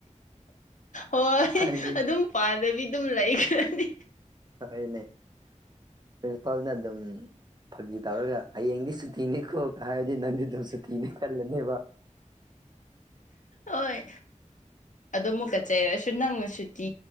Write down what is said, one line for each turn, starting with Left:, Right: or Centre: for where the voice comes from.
Left: ꯍꯣꯏ
Right: ꯍꯥꯏꯕꯗꯤ
Left: ꯑꯗꯨꯝ ꯄꯥꯗꯕꯤ ꯑꯗꯨꯝ ꯂꯩꯈꯗꯤ
Right: ꯍꯅꯦ <unintelligible> ꯄ꯭ꯔꯤꯟꯁꯤꯄꯥꯜꯅ ꯑꯗꯨꯝ ꯐꯥꯒꯤ ꯇꯧꯔꯒ ꯍꯌꯦꯡꯗꯤ ꯁꯨꯇꯤꯅꯤꯀꯣ ꯍꯥꯏ ꯅꯪ <unintelligible> ꯁꯨꯇꯤꯅꯤ ꯈꯜꯂꯅꯤꯕ
Left: ꯑꯣꯏ ꯑꯗꯣ ꯑꯃꯨꯛꯀꯆ ꯆꯩꯔꯛꯁꯨ ꯅꯪꯅ ꯁꯨꯇꯤ